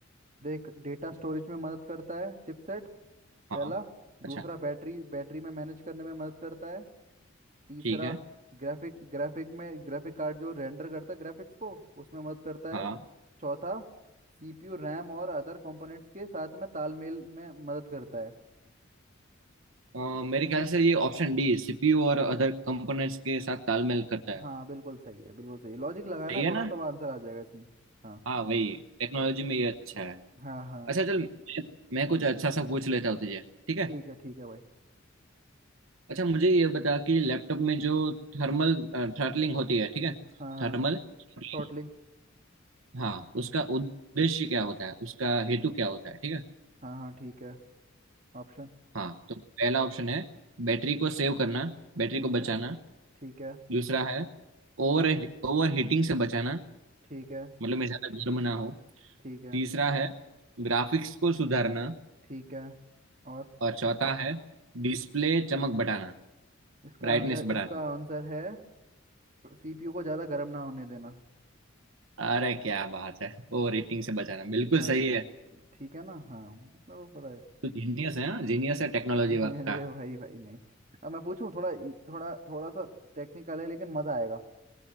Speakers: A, on the right; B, on the right.
A: देख डेटा स्टोरेज में मदद करता है चिपसेट
B: हाँ
A: पहला
B: अच्छा
A: दूसरा बैटरी बैटरी में मैनेज करने में मदद करता है तीसरा
B: ठीक है
A: ग्राफिक ग्राफिक में ग्राफिक कार्ड जो रेंडर करता है ग्राफिक्स को उसमें मदद करता
B: हाँ
A: है चौथा सीपीयू रैम और अदर कंपोनेंट्स के साथ में तालमेल में मदद करता है
B: अ, मेरे ख्याल से ये ऑप्शन डी सीपीयू और अदर कंपोनेंट्स के साथ तालमेल करता है
A: हाँ बिल्कुल सही है बिल्कुल सही लॉजिक लगाना
B: सही
A: है, थोड़ा
B: है ना
A: सा आंसर आ जाएगा इसमें हाँ
B: हाँ वही टेक्नोलॉजी में ये अच्छा है
A: हाँ हाँ
B: अच्छा चल मैं मैं कुछ अच्छा सा पूछ लेता हूँ तुझे ठीक है
A: ठीक है ठीक है भाई
B: अच्छा मुझे ये बता कि लैपटॉप में जो थर्मल थ्रटलिंग होती है ठीक है
A: हाँ हाँ
B: Thermal throttling
A: थ्रॉटलिंग
B: हाँ उसका उद्देश्य क्या होता है उसका हेतु क्या होता है ठीक है
A: हाँ हाँ ठीक है ऑप्शन
B: हाँ तो पहला ऑप्शन है बैटरी को सेव करना बैटरी
A: ठीक
B: को बचाना
A: है ठीक है
B: दूसरा है ओवर ओवर हीटिंग से बचाना
A: ठीक है
B: मतलब मैं ज़्यादा गर्म ना हो
A: ठीक है
B: तीसरा है ग्राफिक्स को सुधारना
A: ठीक है और
B: और चौथा है डिस्प्ले चमक बढ़ाना
A: इसका
B: ब्राइटनेस
A: आंसर
B: बढ़ाना
A: इसका आंसर है सीपीयू को ज़्यादा गर्म ना होने देना
B: अरे क्या बात है ओ रेटिंग से बचाना बिल्कुल
A: हाँ
B: सही है
A: ठीक है ना हाँ इतना तो पता है
B: तू जीनियस है हाँ जीनियस है टेक्नोलॉजी
A: <laughs> अरे
B: का
A: भाई भाई नहीं अब मैं पूछूं थोड़ा थोड़ा थोड़ा सा टेक्निकल है लेकिन मज़ा आएगा